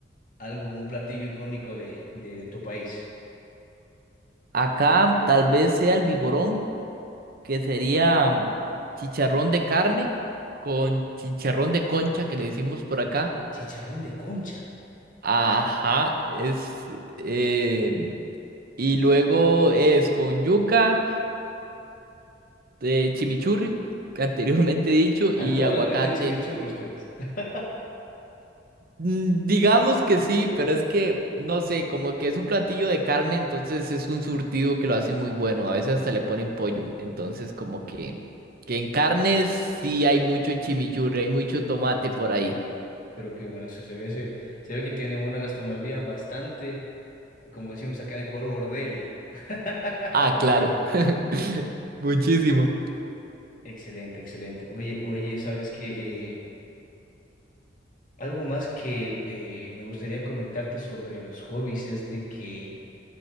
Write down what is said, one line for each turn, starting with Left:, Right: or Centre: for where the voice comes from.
Left: algo, un platillo icónico de, de, de tu país?
Right: Acá tal vez sea el vigorón, que sería mm, chicharrón de carne con chicharrón de concha, que le decimos por acá.
Left: Chicharrón de concha.
Right: Ajá, es... eh, y luego es con yuca. eh, chimichurri, anteriormente dicho, y
Left: A todo
Right: aguacate.
Left: le meten chimichurri ustedes. <laughs>
Right: Mm, Digamos que sí, pero es que, no sé, como que es un platillo de carne, entonces es un surtido que lo hace muy bueno. A veces hasta le ponen pollo. Entonces, como que, que en carnes sí hay mucho chimichurri, hay mucho tomate por ahí.
Left: Pero qué bueno, o sea, se ve, se, se ve que tienen una gastronomía bastante, como decimos acá en Ecuador, gordelia. <laughs>
Right: Ah, claro. <laughs> Muchísimo.
Left: Excelente, excelente. Oye, oye, sabes que algo más que eh, me gustaría comentarte sobre los hobbies es de que